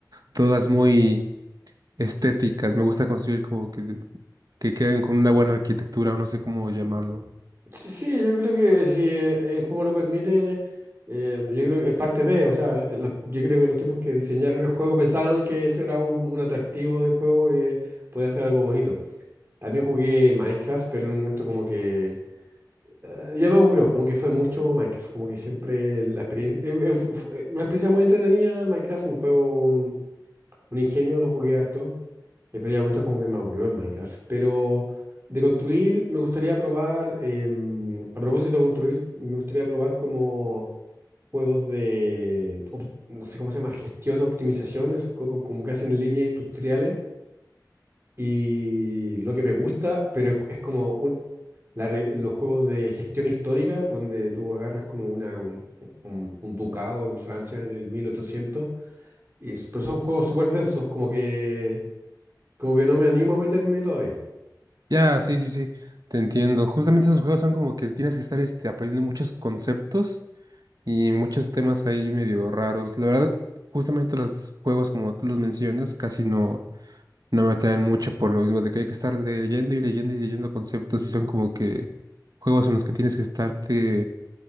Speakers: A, on the right; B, on the right.
A: todas muy estéticas. Me gusta construir como que, que queden con una buena arquitectura, no sé cómo llamarlo.
B: Sí, sí, yo creo que si eh, el juego lo permite, eh, yo creo que es parte de, o sea, eh, los- yo creo que los tipos que diseñaron el juego pensaron que eso era un, un atractivo del juego que podía ser algo bonito. También jugué Minecraft, pero en un momento como que eh, ya me aburrió, como que fue mucho Minecraft, como que siempre la experiencia, una experiencia muy entretenida, Minecraft, un juego, un, un ingenio, lo jugué harto. Eh, Pero ya momento como que me aburrió el Minecraft. Pero de construir, me gustaría probar, em, a propósito de construir, me gustaría probar como juegos de, op- no sé cómo se llama, gestión, optimización, esas como, como que hacen líneas industriales. Y lo que me gusta, pero es, es como un- la re- los juegos de gestión histórica, donde tú agarras como una, un, un- un ducado en Francia en el 1800. Y, es- pero son juegos súper densos, como que, como que no me animo a meterme todavía.
A: Ya, sí, sí, sí, te entiendo. Justamente esos juegos son como que tienes que estar este, aprendiendo muchos conceptos y muchos temas ahí medio raros. La verdad, justamente los juegos como tú los mencionas casi no, no me atraen mucho por lo mismo de que hay que estar leyendo y leyendo y leyendo conceptos y son como que juegos en los que tienes que estarte,